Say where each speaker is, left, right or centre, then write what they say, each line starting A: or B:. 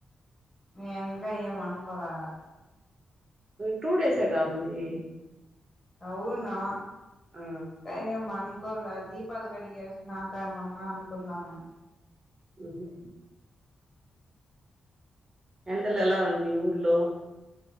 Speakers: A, on the left; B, on the right.
A: మేము ఇంకా ఏం అనుకోల అలాగ
B: టుడేస్ ఎగా ఉంది
A: అవును
B: ఆ
A: కానీ ఏం కొల్లా దీపాలు కడిగేసినాక ఏమన్నా అనుకున్నామ్ మనం.
B: ఉహు. ఎండలు ఎలా ఉంది మీ ఊర్లో.